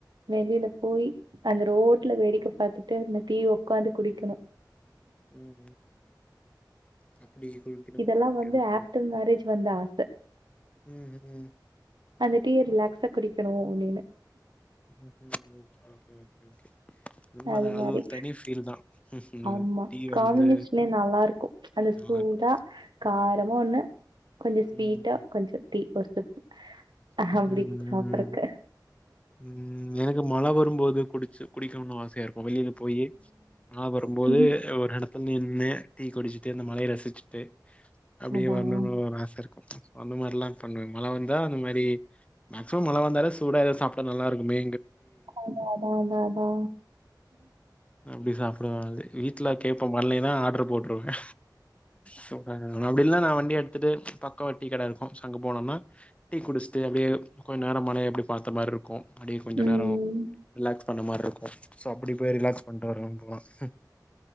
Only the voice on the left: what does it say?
ம் ம் அப்டி குளிக்கணு
ஓகே
ஓகே
ஓகே
ம் ம்
<inaudible> உண்மதா
ஒரு தனி ஃபீல் தா ம்ஹ்ம்
டீ வந்து
நல்லா
இருக்கு
ம்
ம்
ம் எனக்கு மழ வரும்போது குடிச்சு குடிக்கணும் வாச ச இருக்கும் வெளியில போய் மா வரும்போது
ஒரு நடத் இப்போ நின்று டீ குடிச்சிட்டு இந்தந்த மழய ரசிச்சிட்டு அப்டியே
வரணும்னு ஆச இருக்கு அந்த மாரிலாம் பண்ணுவேன் மழ வந்தா அந்த மாரி மேக்சிமம் மழ வந்தால சூட எதவும் சாப்படா நல்லா இருக்குமே
அப்டி சாப்படுவே அது வீட்டுல கேட்போம் வரலன்னா ஊற போட்ருவே சொல்றே அப்டி இல்ல நான வண்டி த்துட்டு பக்கம் டீ கட இருக்கும் சங்க போனம்னா டீ குடிச்சுட்டு அப்டியே கொஞ்ச நேரம் மழ எப்டி பாத்த மாதிரி இருக்கு இருக்கும் அடியே கொஞ்சம்
நேரம் ரிலாக்ஸ் பண்ண மாரி இருக்கும் சப்டி போயி ரிலாக்ஸ் <inaudible>